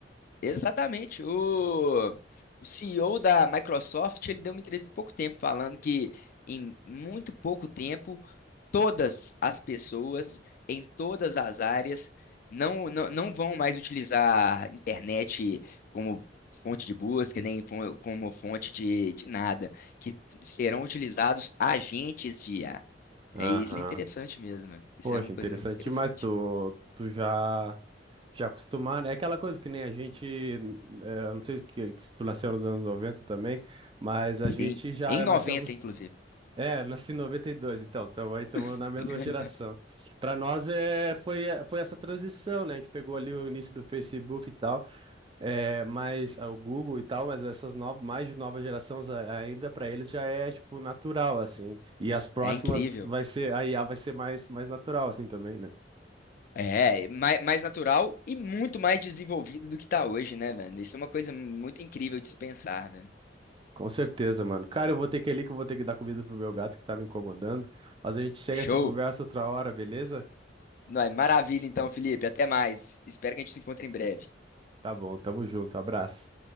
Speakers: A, on the left; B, on the right.
A: Exatamente. O, o CEO da Microsoft, ele deu uma entrevista há pouco tempo falando que em muito pouco tempo todas as pessoas em todas as áreas não, não, não vão mais utilizar a internet como fonte de busca, nem fo- como fonte de, de nada, que serão utilizados agentes de IA.
B: Aham.
A: É, isso é interessante mesmo. mano. Isso
B: Poxa,
A: é uma
B: interessante
A: coisa muito interessante.
B: demais. Tu, tu já, já acostumar, né? É aquela coisa que nem a gente, eh, eu não sei que, que se tu nasceu nos anos 90 também, mas a
A: Sim,
B: gente já
A: em 90
B: nasceu acos-
A: inclusive.
B: É, nasci em 92 então, então aí estamos
A: <laughs>
B: na mesma geração. Para nós é, foi, foi essa transição, né? A gente pegou ali o início do Facebook e tal. É, mas ah, o Google e tal, mas essas novas, mais de nova gerações a- ainda para eles já é tipo natural assim. E as próximas
A: É incrível.
B: vai ser a IA vai ser mais mais natural assim também, né?
A: É, mai- mais, natural e muito mais desenvolvido do que está hoje, né, velho? Isso é uma coisa muito incrível de se pensar, velho.
B: Com certeza, mano. Cara, eu vou ter que ir ali que eu vou ter que dar comida pro meu gato que tá me incomodando. Mas a gente segue
A: Show!
B: essa conversa outra hora, beleza?
A: Não, é maravilha então, Felipe. Até mais. Espero que a gente se encontre em breve.
B: Tá bom, tamo junto. Abraço.